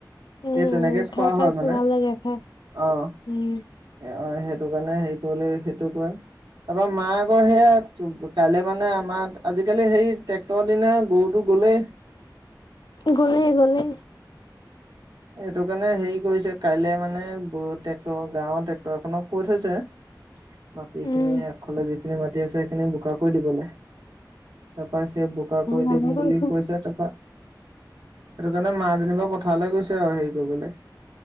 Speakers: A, on the left (about 85°); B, on the right (about 70°).
A: উম
B: সেই তেনেকে
A: উম
B: খোৱা
A: খাই পাইছো
B: হয় মানে।
A: ভাল লাগে খাই
B: অ'।
A: উম
B: এ অ' সেইটো কাৰণে হেৰি কৰিলে সেইটো কৰিম। এবাৰ মায়ে কয় সেয়া টো কাইলে মানে আমাৰ আজিকালি সেই ট্ৰেক্টৰৰ দিনা গৰুটো গ'লে
A: গ'লে - গ'লে।
B: সেইটো কাৰণে হেৰি কৰিছে, কাইলে মানে বহুত ট্ৰেক্টৰ গাঁৱৰ ট্ৰেক্টৰ এখনক কৈ থৈছে। মাটিখিনি
A: উম
B: আগফালে যিখিনি মাটি আছে সেইখিনি বোকা কৰি দিবলে তাপা সেই বোকা কৰি
A: ভালে
B: দিম
A: কৰিছে
B: বুলি কৈছে তাৰপা সেইটো কাৰণে মা যেনিবা পথাৰলে গৈছে আৰু হেৰি কৰিবলৈ